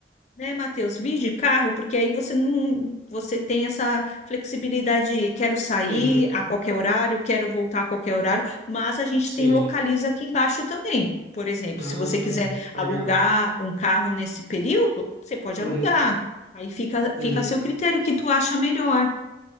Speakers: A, on the left; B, on the right.
A: né, Matheus? Vir de carro, porque aí você não, você tem essa flexibilidade, de quero sair
B: uhum,
A: a qualquer horário, quero voltar a qualquer horário, mas a gente
B: sim.
A: tem localiza aqui embaixo também. Por exemplo,
B: Ah,
A: se você quiser
B: legal.
A: alugar um carro nesse período, você pode
B: Uhum,
A: alugar. Aí fica,
B: uhum,
A: fica a seu critério, o que tu acha melhor.